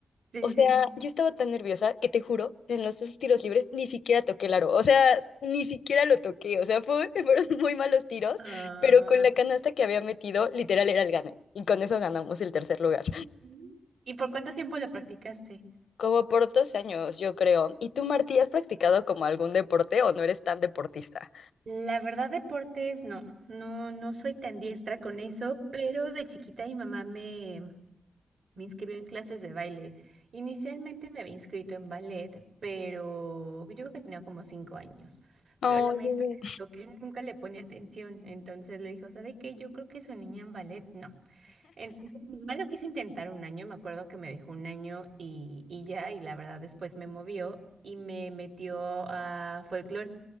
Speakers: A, on the right (about 75°); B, on the left (about 85°).
A: Sí,
B: O sea,
A: sí, sí.
B: yo estaba tan nerviosa que te juro, en los esos tiros libres ni siquiera toqué el aro. O sea, ni siquiera lo toqué. O sea, fue- <laughs> fueron muy malos tiros,
A: Ah.
B: pero con la canasta que había metido, literal era el gane. Y con eso ganamos el tercer lugar.
A: Mm. ¿Y por cuánto tiempo lo practicaste?
B: Como por dos años, yo creo. ¿Y tú, Martí, has practicado como algún deporte o no eres tan deportista?
A: La verdad, deportes, no, no, no soy tan diestra con eso, pero de chiquita mi mamá me, me inscribió en clases de baile. Inicialmente me había inscrito en ballet, pero yo creo que tenía como cinco años.
B: Ay,
A: Pero la maestra
B: bebé.
A: me dijo que nunca le ponía atención, entonces le dijo, ¿sabe qué? Yo creo que su niña en ballet no. Entonces, mi mamá lo quiso intentar un año, me acuerdo que me dejó un año y, y ya, y la verdad después me movió y me metió a folclore.